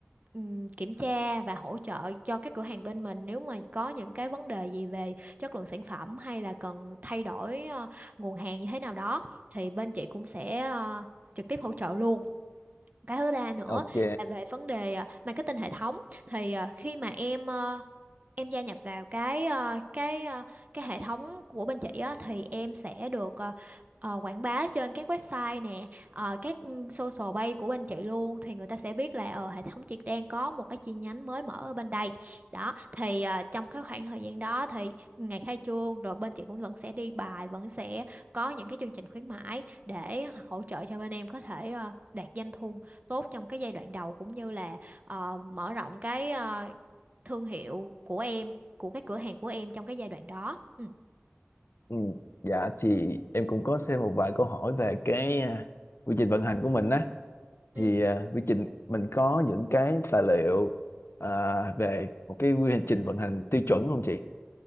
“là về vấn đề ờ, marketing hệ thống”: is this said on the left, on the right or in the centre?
Right